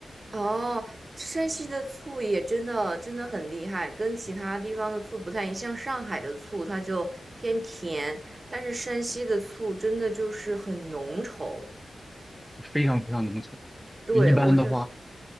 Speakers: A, on the right; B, in the centre.
A: 哦，山西的醋也真的真的很厉害，跟其他地方的醋不太一样。像上海的醋，它就偏甜，但是山西的醋真的就是很浓稠。
B: 就非常非常浓稠。
A: 对，
B: 一般的话。
A: 我就。